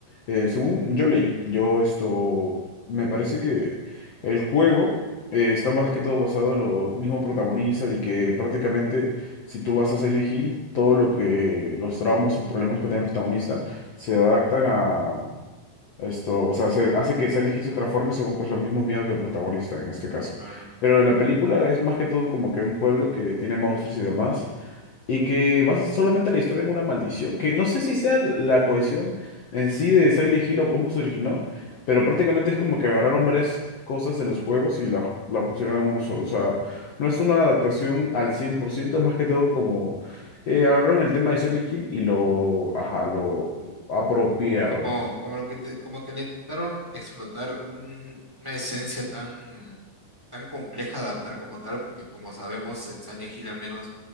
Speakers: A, on the left; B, in the centre.
A: Eh, según yo leí, yo esto, me parece que el juego eh, está más que todo basado en los mismos protagonistas y que prácticamente si tú vas a Silent Hill, todo lo que los traumas o problemas que tiene el protagonista se adaptan a esto, o sea, se hace que Silent Hill se transforme según pues los mismos miedos del protagonista en este
B: uh,
A: caso.
B: claro.
A: Pero la película es más que todo como que un pueblo que tiene monstruos y demás, y que basa solamente la historia en una maldición, que no sé si sea la cohesión en sí de Silent Hill o cómo se originó, pero prácticamente es como que agarraron varias cosas de los juegos y las las pusieron en uno solo. O sea, no es una adaptación al 100%. es más que todo como eh, agarraron el tema de Silent Hill y lo, ajá, lo apropiaron.
B: como, como lo que inte- como que le intentaron explotar un- una esencia tan, tan compleja de adaptar como tal, porque como sabemos, en Silent Hill al menos,